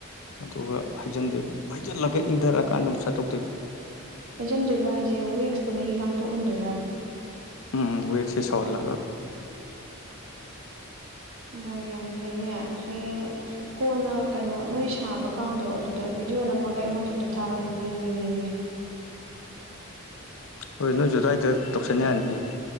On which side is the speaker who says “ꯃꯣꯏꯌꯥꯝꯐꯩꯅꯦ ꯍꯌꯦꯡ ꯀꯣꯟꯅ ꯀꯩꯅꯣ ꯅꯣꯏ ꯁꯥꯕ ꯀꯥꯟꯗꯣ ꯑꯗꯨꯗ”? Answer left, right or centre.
Right